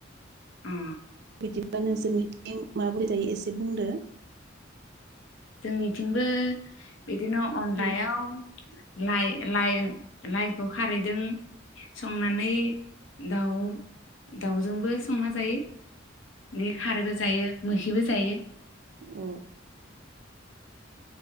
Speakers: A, on the left; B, on the right.
A: ओम
B: बिदिब्ला नोंसोरनिथिं माबोरै जायो एसे बुंदो
A: जोंनिथिंबो इदिनो अनलायाव
B: बुंनो
A: लाइ-लाइ-लाइखौ खारैदों संनानै दाउ दाउजोंबो संना जायो बे खारैबो जायो मोखिबो जायो
B: अ